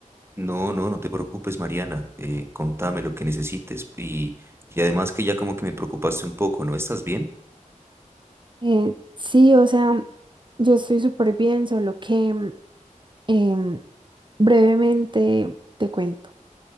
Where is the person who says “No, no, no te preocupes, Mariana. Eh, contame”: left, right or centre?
Right